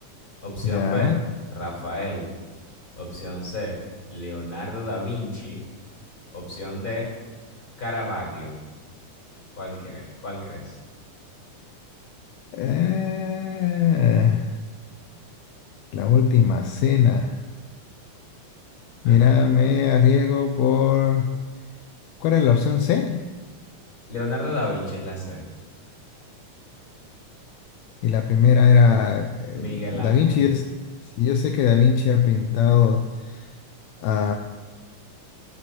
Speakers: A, on the left; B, on the left.
A: Opción
B: Ya.
A: B, Rafael. Opción C, Leonardo da Vinci. Opción D, Caravaggio. ¿Cuál cree- cuál crees?
B: Eh, la última cena.
A: Ajá.
B: Mira, me arriesgo por... ¿Cuál era la opción C?
A: Leonardo da Vinci es la C.
B: Y la primera era eh,
A: Miguel
B: Da
A: Ángel.
B: Vinci. Yo, s- yo sé que Da Vinci ha pintado a